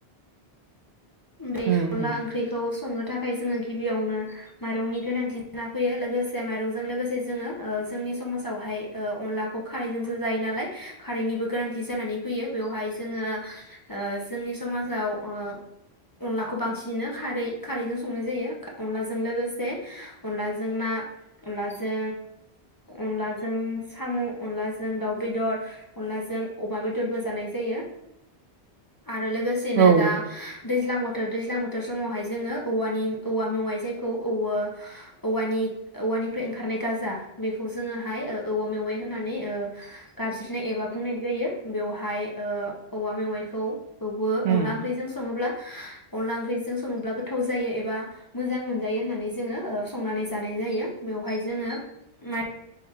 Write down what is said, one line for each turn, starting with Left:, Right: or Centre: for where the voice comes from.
Left: बे
Right: उम
Left: अनला
Right: उम
Left: ओंख्रिखौ संनो थाखाय जोङो गिबियावनो माइरंनि गोनांथि जाना फैयो लोगोसे माइरंजों लोगोसे जोङो ओ जोंनि समाजावहाय अनलाखौ खारैजोंसो जायो नालाय खारैनिबो गोनांथि जानानै फैयो बेवहाय जोङो ओ जोंनि समाजाव ओ। अनलाखौ बांसिनो खारै खारैजों संनाय जायो अनलाजों लोगोसे अनलाजों ना अनलाजों अनलाजों साम' अनलाजों दाउ बेदर अनलाजों अमा बेदरबो जानाय जायो। आरो लोगोसेनो
Right: औ
Left: दा। दैज्लां बोथोर दैज्लां बोथोर समावहाय जोङो औवानि औवा मेवयाय जायखौ औ औवानि औवानिफ्राय ओंखारनाय गाजा बेखौ जोङोहाय औवा मेवयाय होननानै गाबज्रिनाय एबा बुंनाय जायो बेवहाय ओ औवा मेवाइखौ खौबो
Right: उम
Left: अनदला ओंख्रिजों सङोब्ला अनला ओंख्रिजों सङोब्ला गोथाव जायो एबा मोजां मोनजायो होननानै जोङो ओ संनानै जानाय जायो बेवहाय जोङो माय